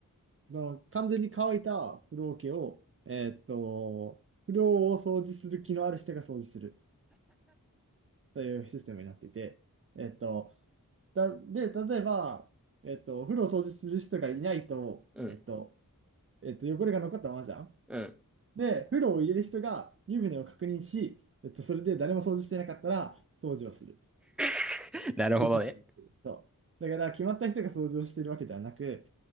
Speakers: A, on the right; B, in the centre.
A: その完全に乾いた風呂桶を、えっと、風呂を掃除する気のある人が掃除するというシステムになっていて、えっと、だ、で、例えば、えっと、お風呂を掃除する人がいないと、
B: うん。
A: えっと、えっと、汚れが残ったままじゃん。
B: うん。
A: で、風呂を入れる人が湯船を確認し、えっと、それで誰も掃除してなかったら掃除をする。
B: <laughs> なるほどね。
A: というシステムっていう。そう。だから決まった人が掃除をしてるわけではなく、